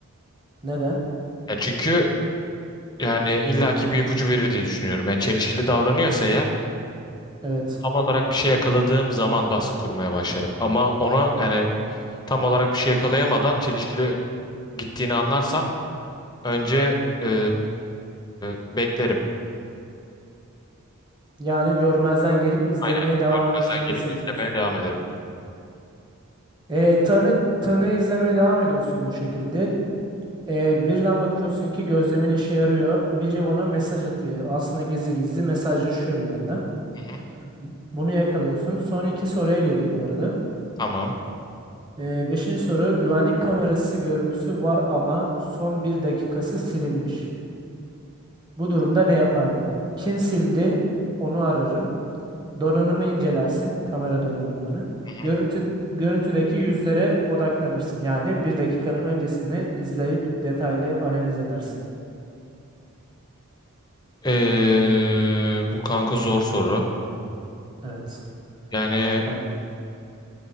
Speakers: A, on the right (about 20°); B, on the left (about 20°).
A: Neden?
B: Ya çünkü yani illaki bir ipucu verir diye düşünüyorum. Yani çelişkili davranıyorsa eğer
A: Evet.
B: tam olarak bir şey yakaladığım zaman baskı kurmaya başlarım. Ama ona yani tam olarak bir şey yakalayamadan çelişkili gittiğini anlarsam önce eee, beklerim.
A: Yani görmezden gelip izlemeye
B: Aynen.
A: devam
B: Görmezden
A: etmeyi
B: gelip
A: seçiyorsun.
B: izlemeye devam ederim.
A: Ee, tanı tanığı izlemeye devam ediyorsun bu şekilde. Ee, birden bakıyorsun ki gözlemin işe yarıyor. Biri ona mesaj atıyor. Aslında gizli gizli mesajlaşıyor bir yandan.
B: Hı hı.
A: Bu- Bunu yakalıyorsun. Son iki soruya girdik bu arada.
B: Tamam.
A: Ee, beşinci soru güvenlik kamerası görüntüsü var ama son bir dakikası silinmiş. Bu durumda ne yapardın? Kim sildi? Onu ararım. Donanımı incelersin, kamera donanımını.
B: Hı
A: Görüntü,
B: hı.
A: görüntüdeki yüzlere odaklanırsın. Yani bir dakikanın öncesini izleyip detaylı analiz edersin.
B: Eee, bu kanka zor soru.
A: Evet.
B: Yani
A: Yani